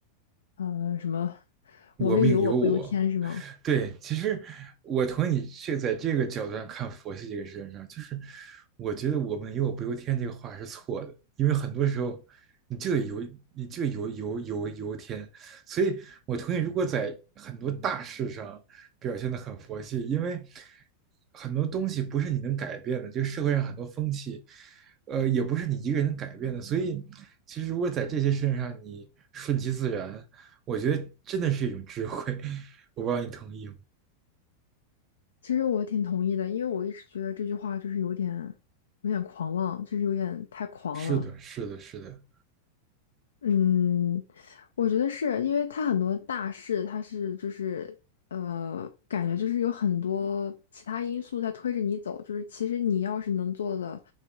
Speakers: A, on the left; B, on the right.
A: 呃，什么
B: 我命由我，
A: “我命由我不由天”是吗？
B: 对，其实我同意你这在这个角度上看佛系这个事情上，就是我觉得我们“有我不由天”这个话是错的，因为很多时候你就得由你就得由由由由天，所以我同意，如果在很多大事上表现得很佛系，因为很多东西不是你能改变的，就社会上很多风气，呃，也不是你一个人能改变的，所以其实如果在这些事情上你顺其自然，我觉得真的是一种智慧，<laughs> 我不知道你同意吗？
A: 其实我挺同意的，因为我一直觉得这句话就是有点有点狂妄，就是有点太狂了。
B: 是的，是的，是的，
A: 嗯，我觉得是因为它很多大事，它是就是呃，感觉就是有很多其他因素在推着你走，就是其实你要是能做的